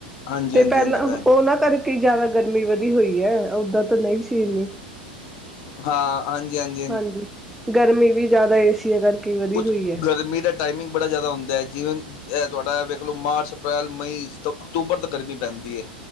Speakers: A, on the left; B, in the centre.
A: ਹਾਂਜੀ
B: ਤੇ
A: ਹਾਂਜੀ
B: ਪਹਿਲਾਂ
A: ਹਾਂਜੀ ਭੈਣ
B: ਉਹਨਾਂ ਕਰਕੇ ਜ਼ਿਆਦਾ ਗਰਮੀ ਵਧੀ ਹੋਈ ਹੈ, ਓਦਾਂ ਤਾਂ ਨਹੀਂ ਸੀ ਇੰਨੀ।
A: ਹਾਂ। ਹਾਂਜੀ, ਹਾਂਜੀ।
B: ਹਾਂਜੀ, ਗਰਮੀ ਵੀ ਜ਼ਿਆਦਾ ਏ ਸੀਆਂ ਕਰਕੇ। ਵਧੀ
A: ਕੁਛ
B: ਹੋਈ ਹੈ
A: ਗਰਮੀ ਦਾ ਟਾਈਮਿੰਗ ਬੜਾ ਜ਼ਿਆਦਾ ਹੁੰਦਾ ਹੈ ਜਿਵੇਂ ਇਹ ਤੁਹਾਡਾ ਵੇਖ ਲੋ ਮਾਰਚ ਅਪ੍ਰੈਲ, ਮਈ ਤੋਂ ਅਕਤੂਬਰ ਤੱਕ ਗਰਮੀ ਪੈਂਦੀ ਹੈ।